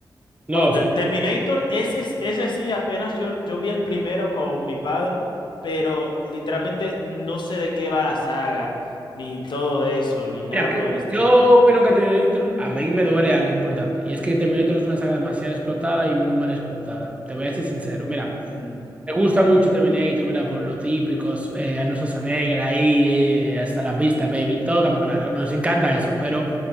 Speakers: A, on the right; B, on the left.
A: No,
B: Wow, Ter-
A: sí.
B: Terminator, ese, es- ese sí, apenas yo, yo vi el primero con mi padre, pero literalmente no sé de qué va la saga, ni todo eso, ni nada
A: Mira, que-
B: por el estilo.
A: yo opino que Terminator, a mí me duele algo importante, y es que Terminator es una saga demasiado explotada y muy mal explotada. Te voy a decir sincero, mira.
B: Mm,
A: Me gusta mucho Terminator, ¿verdad? Por lo típicos, eh, Arnold Schwarzenegger ahí, eh, hasta la pista, baby. Todo estamos claro. Nos encanta eso, pero